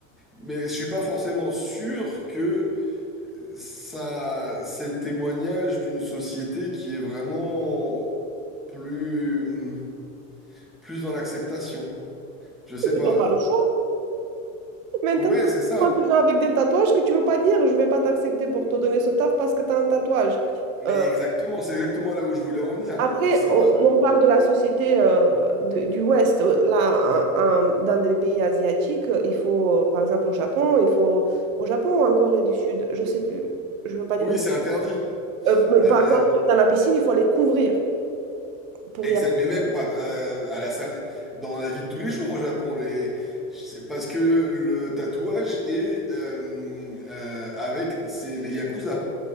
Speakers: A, in the centre; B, on the right.
A: Mais je suis pas forcément sûr que ça, c'est le témoignage d'une société qui est vraiment plus, plus dans l'acceptation. Je sais
B: que
A: pas.
B: tu n'as pas le choix. Maintenant,
A: Ouais, c'est ça.
B: moi, déjà avec des tatouages que tu veux pas dire, je vais pas t'accepter pour te donner ce taf parce que tu as un tatouage.
A: Mais
B: Euh,
A: exactement, c'est exactement là où je voulais en venir.
B: après,
A: C'est
B: on,
A: pas.
B: on part de la société euh, de- du Ouest. Là, un- un- dans des pays asiatiques, il faut, euh, par exemple, au Japon, il faut, au Japon ou en Corée du Sud, je sais plus. Je veux pas dire.
A: Oui,
B: des-
A: c'est interdit.
B: Euh,
A: Euh,
B: par exemple, dans la piscine, il faut les couvrir pour
A: exact.
B: y
A: Mais même pas euh, à la salle, dans la vie de tous les jours au Japon, les. C'est parce que le tatouage est euh, euh, avec, c'est les yakuza.